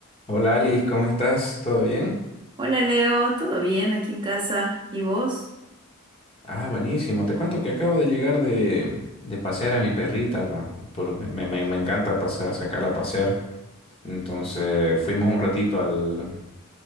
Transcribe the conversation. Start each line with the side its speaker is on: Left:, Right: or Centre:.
Left: Hola Alice, ¿cómo estás? ¿Todo bien?
Right: Hola Leo, ¿todo bien aquí en casa? ¿Y vos?
Left: Ah, buenísimo. Te cuento que acabo de llegar de, de pasear a mi perrita, pa, porque me, me- me encanta pasear, sacarla a pasear. Entonces fuimos un ratito al,